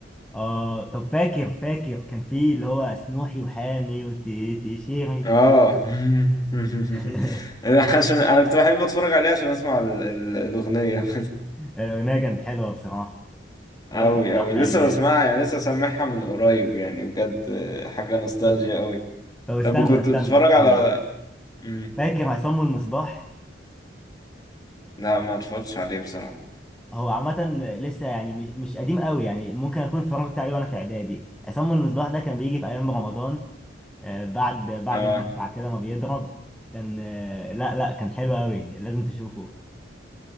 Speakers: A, in the centre; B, on the left.
A: اه طب فاكر فاكر كان في اللي هو سنوحي وحامي وتيشيري
B: اه <laughs>
A: <laughs>
B: انا عشان انا كنت بحب اتفرج عليه عشان اسمع ال- ال- الاغنيه <laughs>
A: الأغنية كانت حلوة بصراحة
B: أوي
A: والله كانت أحلى
B: أوي لسه
A: أيام
B: بسمعها يعني لسه سامعها من قريب يعني بجد حاجة نوستالجيا أوي
A: طب استنى
B: طب وكنت
A: استنى
B: بتتفرج
A: استنى
B: على مم.
A: فاكر عصام والمصباح
B: لا ما اتفرجتش عليه بصراحة
A: هو عامة لسه يعني مش مش قديم قوي يعني ممكن أكون اتفرجت عليه وأنا في إعدادي عصام والمصباح ده كان بيجي في أيام رمضان آه، بعد بعد
B: اه
A: المدفع كده ما بيضرب كان آه، لا لا كان حلو قوي لازم تشوفه